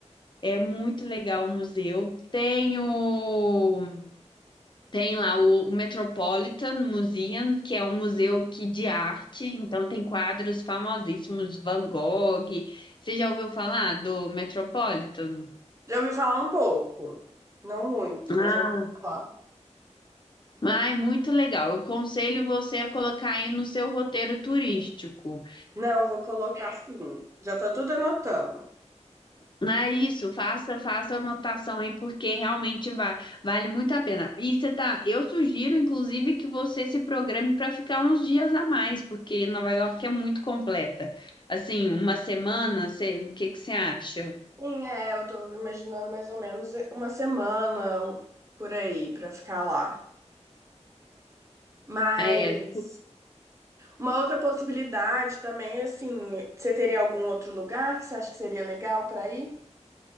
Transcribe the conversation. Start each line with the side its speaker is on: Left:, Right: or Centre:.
Left: É muito legal o museu. Tem o tem lá o, o Metropolitan Museum, que é um museu que, de arte, então tem quadros famosíssimos de Van Gogh. Você já ouviu falar do Metropolitan?
Right: Já ouvi falar um pouco, não muito,
Left: Ah,
Right: mas já ouvi falar.
Left: ai, muito legal. Eu aconselho você a colocar aí no seu roteiro turístico.
Right: Não, vou colocar assim. Já tá tudo anotando.
Left: Não É isso, faça, faça a anotação aí, porque realmente va- vale muito a pena. E você tá, eu sugiro, inclusive, que você se programe para ficar uns dias a mais, porque Nova York é muito completa. Assim, uma semana, você- o que que você acha?
Right: Sim, é, eu tô imaginando mais ou menos uma semana um- por aí para ficar lá. Mas
Left: É,
Right: Uma outra possibilidade também, assim, você teria algum outro lugar que você acha que seria legal para ir?